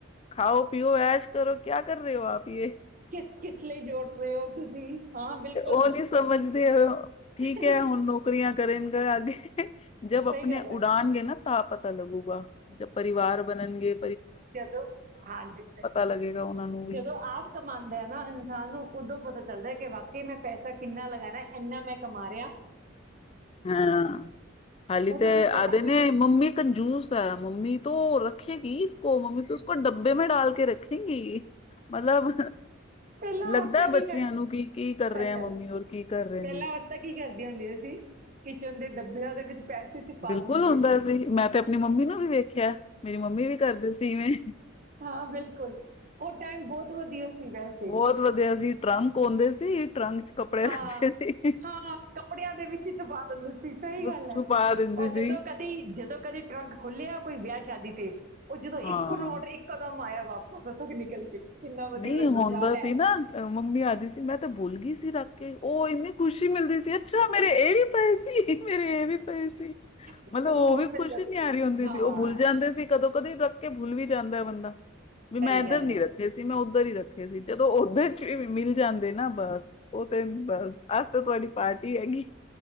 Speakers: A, on the left; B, on the right.
A: ਖਾਓ ਪੀਓ ਐਸ਼ ਕਰੋ ਕਿਆ ਕਰ ਰੇ ਓ ਆਪ ਯੇ
B: ਕਿਸ-ਕਿਸ ਲਈ ਜੋੜ ਰਏ ਔ ਤੁਸੀਂ ਹਾਂ ਬਿਲ
A: ਔ ਨੀ ਸਮਝਦੇ ਹ ਠੀਕ
B: ਸਹੀ
A: ਐ ਹੁਣ ਨੌਕਰੀਆਂ ਕਰਨ ਗ ਆਗੇ ਜਬ ਅਪਨੇ
B: ਗੱਲ ਹੈ
A: ਉਡਾਨ ਗੇ ਨਾ ਤਾਂ ਪ ਤਾ ਲੱਗੂਗਾ। ਜਬ ਪਰਿਵਾਰ ਬਨਨਗੇ
B: ਜਦੋਂ ਹਾਂਜੀ
A: ਲੱਗੇਗਾ ਉਹਨਾਂ ਨੂੰ ਵੀ
B: ਜਦੋਂ ਆਪ ਕਮਾਂਦਾ ਐ ਨਾ ਇਨਸਾਨ ਨੂੰ ਉਦੋਂ ਪਤਾ ਚਲਦੈ ਕਿ ਵਾਕੇਈ ਮੈਂ ਪੈਸਾ ਕਿੰਨਾ ਲਗਾਨੈ ਐਨਾ ਮੈਂ ਕਮਾ ਰਿਆ
A: ਹਾਂ ਹਾਲੀ
B: ਉਦੋਂ
A: ਤੇ
B: ਮੈਂ ਜੋੜਾਂ
A: ਆਦੇ
B: ਕਿੱਥੇ
A: ਨੇ ਮੰਮੀ ਕੰਜੂਸ ਐ ਮੰਮੀ ਤੋ ਰੱਖੇਗੀ ਇਸ ਕੋ ਮੰਮੀ ਤੋ ਉਸਕੋ ਡੱਬੇ ਡਾਲ ਕੇ ਰੱਖੇ ਗੀ ਮਤਲਬ
B: ਪਹਿਲਾਂ
A: ਲੱਗਦਾ
B: ਔਰਤਾਂ ਕੀ
A: ਬੱਚਿਆਂ
B: ਕਰ
A: ਨੂੰ ਕੀ ਕੀ ਕਰ
B: ਸਹੀ
A: ਰਏ ਐਂ
B: ਗੱਲ
A: ਮੰਮੀ
B: ਹੈ।
A: ਔਰ ਕੀ ਕਰ ਰਏ
B: ਪਹਿਲਾਂ
A: ਨੇ
B: ਔਰਤਾਂ ਕੀ ਕਰਦੀਆਂ ਹੁੰਦੀਆਂ ਸੀ ਕਿਚਨ ਦੇ ਡੱਬਿਆਂ ਦੇ ਵਿੱਚ ਪੈਸੇ ਚ ਪਾ
A: ਬਿਲਕੁੱਲ
B: ਦਿੰਦੀਆਂ
A: ਹੋੰਦਾ ਸੀ ਮੈਂ ਤੇ ਅਪਨੀ ਮੰਮੀ ਨੂੰ ਵੀ ਵੇਖਿਆ। ਮੇਰੀ ਮੰਮੀ ਵੀ ਕਰਦੇ ਸੀ ਇਵੇਂ
B: ਹਾਂ ਬਿਲਕੁੱਲ ਓ ਟਾਈਮ ਬਹੌਤ ਵਧੀਆ ਸੀ ਵੈ <unintelligible>
A: ਬਹੋਤ ਵਧੀਆ ਸੀ ਟਰੰਕ ਪਾਉਂਦੇ ਸੀ ਟਰੰਕ ਚ ਕੱਪੜੇ ਰੱਖਦੇ
B: ਹਾਂ
A: ਸੀ
B: ਹਾਂ ਕੱਪੜਿਆਂ ਦੇ ਵਿੱਚ ਹੀ ਛੁਪਾ ਦਿੰਦੇ ਸੀ ਸਹੀ
A: ਬਸ
B: ਗੱਲ ਐ,
A: ਛੁਪਾ ਦਿੰਦੀ
B: ਔਰ
A: ਸੀ
B: ਜਦੋਂ ਕਡੀ ਜਦੋਂ ਕਦੇ ਟਰੰਕ ਖੋੱਲਿਆ ਕੋਈ ਵਿਆਹ ਸ਼ਾਦੀ ੀਕ <unintelligible> ਓਹ ਜਦੋਂ
A: ਹਾਂ
B: ਇੱਕ ਰੋਟ ਇੱਕ ਕਦਮ ਆਇਆ ਵਾਪਸ ਓਥੋਂ ਦਿ ਨਿਕਲ ਕੇ ਕਿੰਨਾ ਵਧੀਆ
A: ਨਹੀਂ
B: ਲੱਗਦਾ
A: ਹੋੰਦਾ
B: ਹਾਂ ਲੈ
A: ਸੀ ਨਾ ਮੰਮੀ ਆਦੀ ਸੀ ਮੈਂ ਤੇ ਭੁਲ ਗੀ ਸੀ ਰ ਕਿ ਓਹ ਇੰਨੀ ਖੁਸ਼ੀ ਮਿਲਦੀ ਸੀ ਅੱਛਾ ਮੇਰੇ ਇਹ ਵੀ ਪਏ ਸ <unintelligible> ਮੇਰੀ ਇਹ ਵੀ ਪਏ ਸੀ,
B: ਸਗੋਂ
A: ਮਤਲਬ ਓਹ
B: ਹੋਰ
A: ਵੀ
B: ਮਿਲ
A: ਖੁਸ਼
B: ਜਾਂਦੇ
A: ਨਿਆਰੇ
B: ਸੀ
A: ਹੁੰਦੇ
B: ਹਾਂ
A: ਸੀ ਉਹ ਭੁੱਲ ਜਾਂਦੇ ਸੀ ਕਦੋਂ ਕਦੇ ਤਕ ਕਿ ਭੁੱਲ ਵੀ ਜਾਂਦੈ ਬੰਦਾ, ਵੀ
B: ਸਹੀ
A: ਮੈਂ ਇੱਧਰ
B: ਗੱਲ
A: ਨੀ
B: ਹੈ
A: ਰੱਖੇ ਸੀ ਮੈਂ ਓਧੱਰ ਈ ਰੱਖੇ ਸੀ, ਜਦੋਂ ਓਧੇੱਚੋ ਵੀ ਮਿਲ ਜਾਂਦੇ ਨਾ ਬਸ ਓਹ ਤੇ ਬਸ, ਅਜ ਤਾਂ ਤੁਹਾਡੀ ਪਾਰਟੀ ਹੈਗੀ